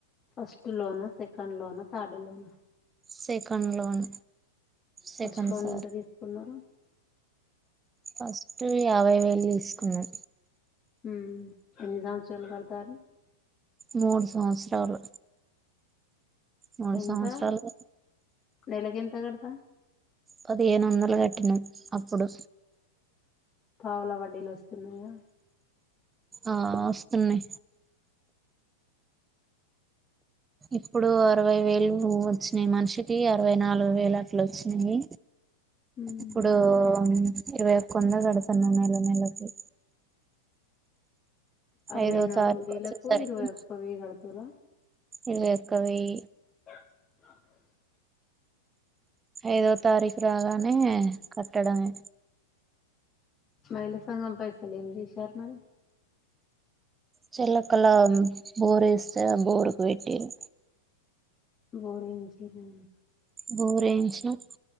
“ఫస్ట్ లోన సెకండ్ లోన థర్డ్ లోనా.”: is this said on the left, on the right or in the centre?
Left